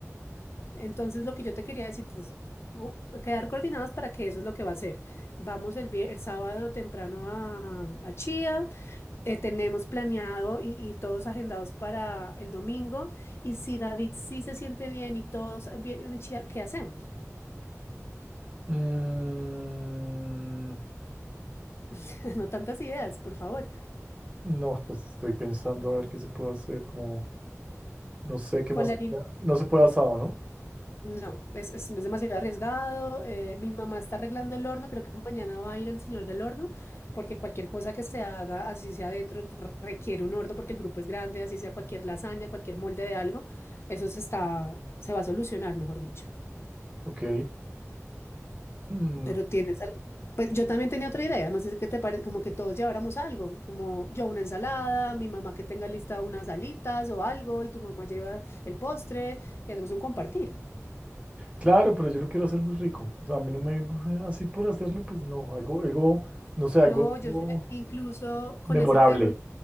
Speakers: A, on the left; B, on the right.
A: Entonces, lo que yo te quería decir es u- quedar coordinados para que eso es lo que va a hacer. Vamos el, vier- el sábado temprano a, a Chía, eh, tenemos planeado y, y todos agendados para el domingo. Y si David sí se siente bien y todos eh, bien en Chía, ¿qué hacemos?
B: Mm,
A: <laughs> No tantas ideas, por favor.
B: No, pues estoy pensando a ver qué se puede hacer, como no sé qué
A: Con
B: más.
A: la
B: No se puede asado, ¿no?
A: No, es, es, es demasiado arriesgado. eh, mi mamá está arreglando el horno. Creo que mañana va a ir el señor del horno, porque cualquier cosa que se haga, así sea adentro, requiere un horno, porque el grupo es grande, así sea cualquier lasaña, cualquier molde de algo, eso se está, se va a solucionar, mejor dicho.
B: Ok. Mm,
A: Pero tienes algo. Pues yo también tenía otra idea, no sé qué te parece, como que todos lleváramos algo, como yo una ensalada, mi mamá que tenga lista unas alitas o algo, y tu mamá lleva el postre y hacemos un compartir.
B: claro, pero yo lo quiero hacer muy rico. O sea, a mí no me eh, así por hacerlo, pues no. Algo, algo, no sé, algo,
A: No, yo
B: algo
A: sé, incluso con
B: memorable.
A: ese tema.